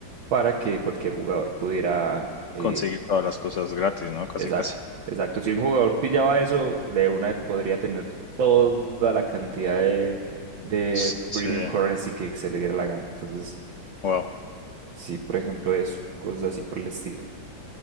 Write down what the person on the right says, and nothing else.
para que cualquier jugador pudiera eh,
Exacto,
exacto. Si un jugador pillaba eso, de una podría tener toda la cantidad de, de
premium currency que se le diera la gana. Entonces,
sí, por ejemplo, eso, cosas así por el estilo.